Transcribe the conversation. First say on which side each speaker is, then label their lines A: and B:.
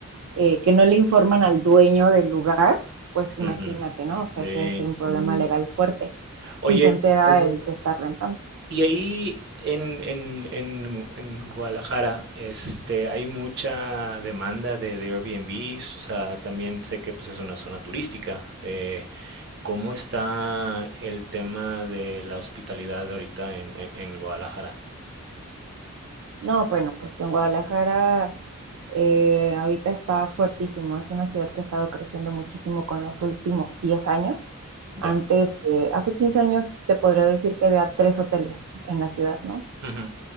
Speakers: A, on the right (about 70°); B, on the right (about 55°).
A: eh, que no le informan al dueño del lugar, pues imagínate,
B: Ujú.
A: ¿no? O
B: Sí.
A: sea, ese debe ser un problema legal fuerte
B: Oye,
A: si se entera el que está rentando.
B: y ahí en, en, en, en Guadalajara, este, hay mucha demanda de, de Airbnbs, o sea, también sé que pues, es una zona turística. Eh, ¿cómo está el tema de la hospitalidad ahorita en, en, en Guadalajara?
A: No, bueno, pues en Guadalajara eh, ahorita está fuertísimo. Es una ciudad que ha estado creciendo muchísimo con los últimos 10 años.
B: Ya.
A: Antes, eh, hace 15 años te podría decir que había tres hoteles en la ciudad, ¿no?
B: Ujú.